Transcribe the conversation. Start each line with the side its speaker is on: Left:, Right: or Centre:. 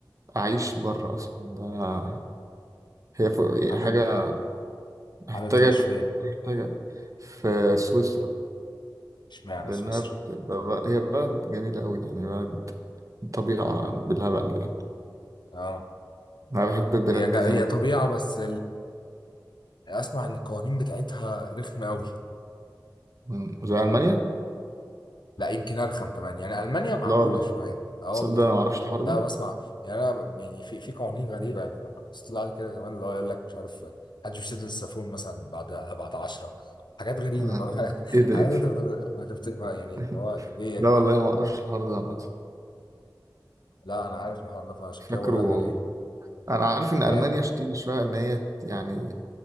Right: اعيش بره اصلا ده هي فوق- يعني
Left: حابب
Right: حاجة محتاجك
Left: حابب تعيش فين
Right: محتاجة في سويسرا
Left: اشمعنى
Right: لأنها
Left: سويسرا
Right: بتبقى- هي بلد جميلة أوي يعني بلد طبيعة بالهبل يعني
Left: اه
Right: أنا بحب البلاد
Left: هي جا...
Right: دي زي
Left: هي
Right: ما قلت.
Left: طبيعه بس اسمع ان القوانين بتاعتها رخمه قوي
Right: مم. زي ألمانيا؟
Left: لا يمكن ارخم كمان يعني المانيا معقوله
Right: لا والله
Left: شويه اه
Right: تصدق
Left: والله
Right: أنا معرفش الحوار ده
Left: لا بسمع يعني انا ب- يعني في في قوانين غريبه يعني فاهم بس طلع لي كده زمان اللي هو يقول لك مش عارف محدش بيسد السافون مثلا بعد بعد 10 حاجات غريبه
Right: آه.
Left: بقى <laughs> حاجات
Right: إيه ده
Left: حاجات
Right: إيه ده
Left: انت بت- ما تفت- ما يعني
Right: <laughs>
Left: اللي هو ليه يا
Right: لا
Left: جدعان
Right: والله أنا معرفش الحوار ده عامة
Left: لا انا عارف الحوار ده فعشان
Right: فاكره
Left: كده بقول لك عليها
Right: أنا عارف إن ألمانيا
Left: هي
Right: شديدة شوية إن هي يعني